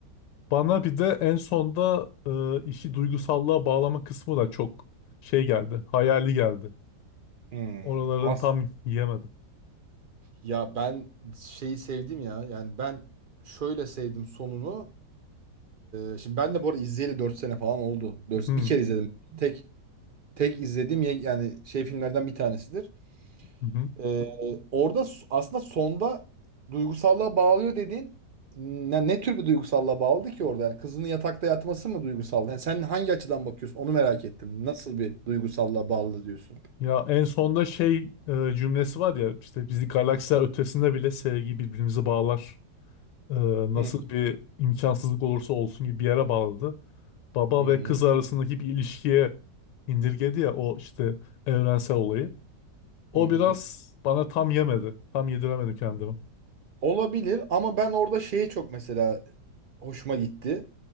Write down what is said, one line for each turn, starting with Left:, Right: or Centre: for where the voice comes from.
Left: Bana bir de en sonda e, işi duygusallığa bağlama kısmı da çok şey geldi, hayali geldi.
Right: Hmm,
Left: Oraların
Right: as
Left: tam yiyemedim.
Right: ya ben şeyi sevdim ya. Yani ben şöyle sevdim sonunu. Ee, şimdi ben de bu arada izleyeli 4 sene falan oldu. 4,
Left: Hı hı.
Right: bir kere izledim. Tek tek izlediğim ye- yani şey filmlerden bir tanesidir.
Left: hı.
Right: Ee, orada s- aslında sonda duygusallığa bağlıyor dediğin ne, ne tür bir duygusallığa bağladı ki orada? Yani kızının yatakta yatması mı duygusal? Yani sen hangi açıdan bakıyorsun? Onu merak ettim. Nasıl bir duygusallığa bağlı diyorsun?
Left: Ya en sonda şey e, cümlesi var ya işte bizi galaksiler ötesinde bile sevgi birbirimizi bağlar. E, nasıl
Right: Hı
Left: bir imkansızlık olursa olsun gibi bir yere bağladı. Baba
Right: hı
Left: ve
Right: hı.
Left: kız arasındaki bir ilişkiye indirgedi ya o işte evrensel olayı. O
Right: hı hı.
Left: biraz bana tam yemedi. Tam yediremedim kendimi.
Right: Olabilir ama ben orada şeye çok mesela hoşuma gitti.